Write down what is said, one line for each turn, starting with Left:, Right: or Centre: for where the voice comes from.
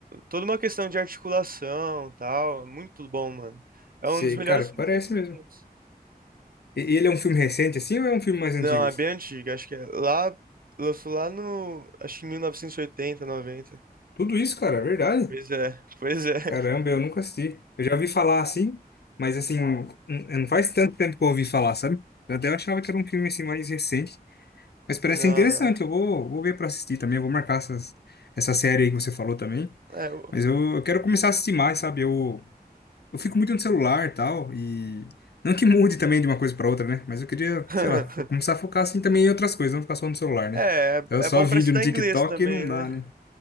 Right: toda uma questão de articulação, tal, é muito bom, mano. É
Left: Sei,
Right: um dos melhores
Left: cara,
Right: filmes
Left: parece
Right: de todos os
Left: mesmo.
Right: tempos.
Left: E ele é um filme recente, assim, ou é um filme mais
Right: Não,
Left: antigo?
Right: é bem antigo, acho que é lá, lançou lá no, acho que em 1980, 90.
Left: Tudo isso, cara, é verdade.
Right: Pois é, pois é. <laughs>
Left: Caramba, eu nunca assisti. Eu já ouvi falar assim, mas assim, n- não faz tanto tempo que eu ouvi falar, sabe? Eu até achava que era um filme assim mais recente. Mas parece
Right: Não,
Left: ser interessante,
Right: não.
Left: eu vou, vou ver pra assistir também, eu vou marcar essas, essa série aí que você falou também.
Right: É, o-
Left: Mas eu, eu quero começar a assistir mais, sabe? Eu, eu fico muito no celular e tal, e não que mude também de uma coisa pra outra, né? Mas eu queria,
Right: <laughs>
Left: sei lá, fo- começar a focar assim também em outras coisas, não ficar só no celular, né?
Right: é,
Left: Então
Right: é
Left: só
Right: bom
Left: vídeo
Right: pra estudar
Left: no TikTok
Right: inglês também,
Left: não dá,
Right: né?
Left: né?